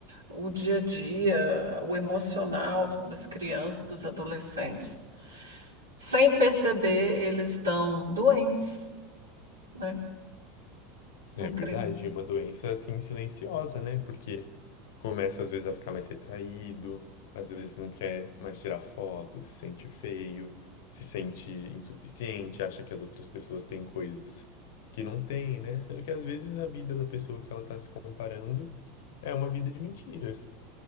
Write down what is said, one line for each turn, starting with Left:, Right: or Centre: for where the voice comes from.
Right: o dia a dia, o emocional das crianças, dos adolescentes. Sem perceber, eles estão doentes, né?
Left: É
Right: Incrível.
Left: verdade, é uma doença assim silenciosa, né? Porque começa às vezes a ficar mais retraído, às vezes não quer mais tirar foto, se sente feio, se sente insuficiente, acha que as outras pessoas têm coisas que não têm, né? Sendo que às vezes a vida da pessoa que ela tá se comparando é uma vida de mentiras.